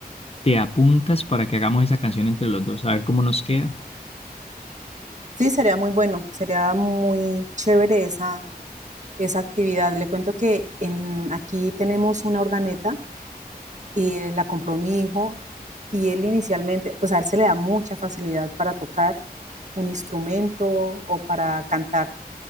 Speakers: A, on the left; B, on the right.
A: te apuntas para que hagamos esa canción entre los dos, a ver cómo nos queda.
B: Sí, sería muy bueno, sería muy chévere esa, esa actividad. Le cuento que en, aquí tenemos una organeta y eh, la compró mi hijo y él inicialmente, pues a él se le da mucha facilidad para tocar un instrumento o para cantar,